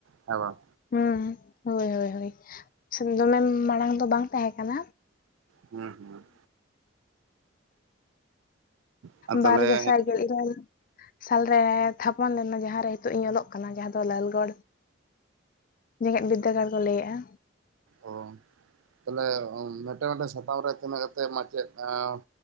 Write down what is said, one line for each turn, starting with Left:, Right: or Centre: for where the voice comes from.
Right: ᱦᱮᱸ ᱵᱟᱝ?
Left: ᱦᱩᱸ ᱦᱳᱭ ᱦᱳᱭ ᱦᱚᱭ ᱫᱚᱢᱮ ᱢᱟᱲᱟᱝ ᱫᱚ ᱵᱟᱝ ᱛᱟᱦᱮᱸ ᱠᱟᱱᱟ ᱾
Right: ᱦᱩᱸ ᱦᱩᱸ᱾ ᱟᱨ ᱛᱟᱦᱚᱞᱮ
Left: ᱵᱟᱨ ᱜᱮᱥᱟᱭ ᱜᱮᱞ ᱤᱨᱟᱹᱞ ᱥᱟᱞ ᱨᱮ ᱛᱷᱟᱯᱚᱱ ᱞᱮᱱᱟ ᱡᱟᱦᱟᱸ ᱨᱮ ᱦᱤᱛᱚᱜ ᱤᱧ ᱚᱞᱚᱜ ᱠᱟᱱᱟ ᱡᱟᱦᱟᱸ ᱫᱚ ᱞᱟᱞᱜᱚᱲ ᱡᱮᱜᱮᱸᱫ ᱵᱤᱫᱽᱫᱟᱹᱜᱟᱲ ᱠᱚ ᱞᱟᱹᱭᱮᱜ-ᱟ ᱾
Right: ᱚ, ᱛᱟᱦᱞᱮ ᱢᱮᱴᱮ ᱢᱤᱫᱴᱮᱱ ᱥᱟᱛᱟᱢ ᱨᱮ ᱛᱤᱱᱟᱹᱜ ᱠᱟᱛᱮᱫ ᱢᱟᱪᱮᱫ ᱚᱸᱻ